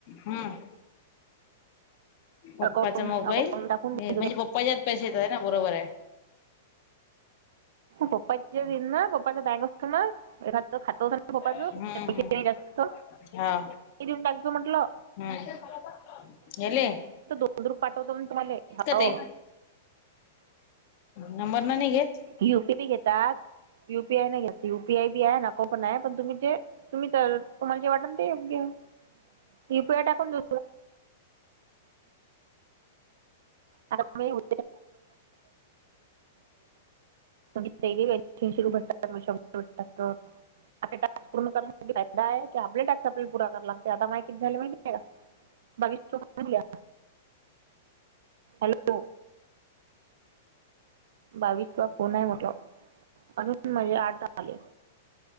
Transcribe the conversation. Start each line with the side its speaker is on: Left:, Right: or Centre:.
Left: हम् पप्पाचा
Right: अकाउंट
Left: मोबाईल
Right: अकाउंट टाकून
Left: म्हणजे
Right: देतो
Left: पप्पाच्यात पैसे येतात ना बरोबर आहे
Right: पपाच्या दिना पपाच्या बँक असतना एखा खात खोपच
Left: हम्म हम्म
Right: पैसे नाही जास्त
Left: हा
Right: ये देवून थॅंक्यू! म्हंटलं.
Left: हमं येले.
Right: बुद्रुक पाठवतो मणं तुम्हाले हो.
Left: ते नं मर नन गेत
Right: युपी बी घेतात यूपीआय नाही घेत युपीआय बी आहे नको पण आहे पण तुम्ही जे तुम्ही तर तुम्हाला जे वाटल ते योग घ्य यु पीआय टाकून देु आ उ त डेलीऐंे रुपये शंभरट आता टास्क पूर्ण करण्यासाठी फादा आहेि आपले टास्क आपल्या प पुराव लागते आता माहिती झाले माहिती भविष्य या हॅलो बावीस वा फोन आहे म्हटला अजून म्हजे आठ आले